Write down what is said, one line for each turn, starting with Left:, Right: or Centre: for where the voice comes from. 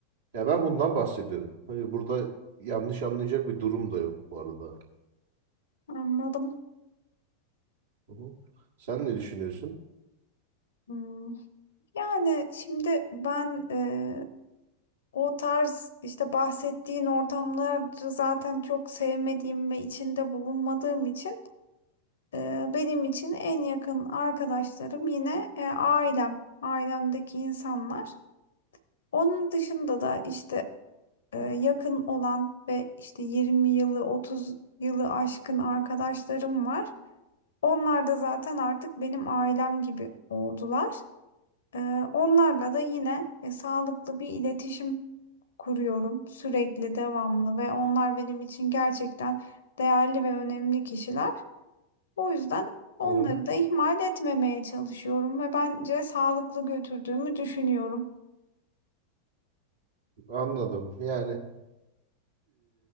Right: Ya ben bundan bahsediyorum. Hani burada yanlış anlayacak bir durum da yok bu arada.
Left: Anladım.
Right: Hı hı. Sen ne düşünüyorsun?
Left: Hmm. Yani şimdi ben e, o tarz işte bahsettiğin ortamları zaten çok sevmediğim ve içinde bulunmadığım için e, benim için en yakın arkadaşlarım yine e, ailem, ailemdeki insanlar. Onun dışında da işte e, yakın olan ve işte 20 yılı 30 yılı aşkın arkadaşlarım var. Onlar da zaten artık benim ailem gibi oldular. Ee, onlarla da yine e, sağlıklı bir iletişim kuruyorum sürekli, devamlı ve onlar benim için gerçekten değerli ve önemli kişiler. O yüzden onları
Right: Hı hı.
Left: da ihmal etmemeye çalışıyorum ve bence sağlıklı götürdüğümü düşünüyorum.
Right: Anladım. Yani